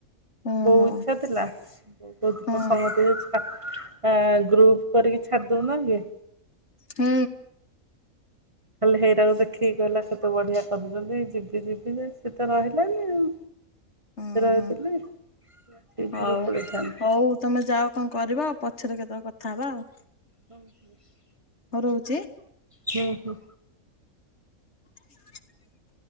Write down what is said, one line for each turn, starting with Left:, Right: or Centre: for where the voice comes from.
Left: ଓହୋ
Right: ବୋଉ ଇଚ୍ଛା ଥିଲା ବୋଉ କହୁଥିଲା
Left: ହଁ
Right: ସମସ୍ତିକି ଆ ଗ୍ରୁପ କରିକି ଛାଡିଦଉନା କି
Left: ହୁଁ।
Right: ଖାଲି ହେଇରାକୁ ଦେଖିକି କହିଲା କେତେ ବଢିଆ କରୁଛନ୍ତି ଯିବି ଯିବି ଯେ ସେ ତ ରହିଲାନି ଆଉ
Left: ଉଁ
Right: ରହିଥିଲେ
Left: ହୁଁ
Right: ଆସିକି
Left: ହଉ
Right: ବୁଲି ପଳେଇଥାନ୍ତି।
Left: ହଉ ତମେ ଯାଅ କଣ କରିବ ଆଉ ପଛରେ କେତେବେଳେ କଥା ହେବା ଆଉ
Right: ହଉ ମୁଁ ରହୁଛି।
Left: ହଁ ରହୁଛି ଆଁ
Right: ହୁଁ ହୁଁ।
Left: <unintelligible>